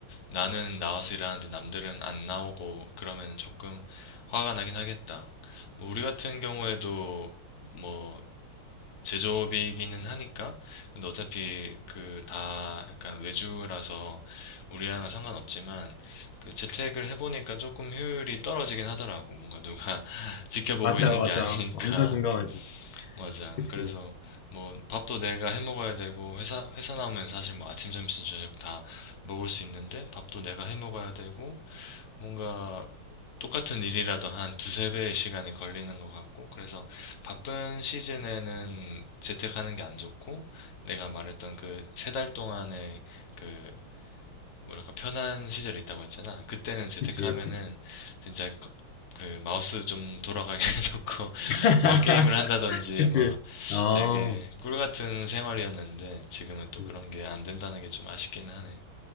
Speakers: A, on the left (about 40°); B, on the left (about 70°).
A: 나는 나와서 일하는데 남들은 안 나오고 그러면 조금 화가 나긴 하겠다. 뭐 우리 같은 경우에도 뭐 제조업이기는 하니까 근데 어차피 그 다 약간 외주라서 우리랑은 상관없지만 그 재택을 해보니까 조금 효율이 떨어지긴 하더라고. 뭔가 누가 <laughs> 지켜보고
B: 맞아,
A: 있는
B: 맞아.
A: 게 아니니까
B: 완전 공감하지.
A: 맞아.
B: 그치.
A: 그래서 뭐 밥도 내가 해 먹어야 되고 회사 회사 나오면 사실 뭐 아침, 점심, 저녁 다 먹을 수 있는데 밥도 내가 해 먹어야 되고 뭔가 똑같은 일이라도 한 두세 배의 시간이 걸리는 것 같고 그래서 바쁜 시즌에는 재택하는 게 안 좋고 내가 말했던 그 세 달 동안의 그 뭐랄까 편한 시절이 있다고 했잖아. 그때는 재테크하면은
B: 그치, 그치.
A: 진짜 그 마우스 좀 돌아가게 해놓고
B: <laughs>
A: <laughs> 뭐 게임을 한다든지
B: 그치.
A: 뭐
B: 어.
A: 되게 꿀 같은 생활이었는데 지금은 또
B: 음.
A: 그런 게 안 된다는 게 좀 아쉽기는 하네.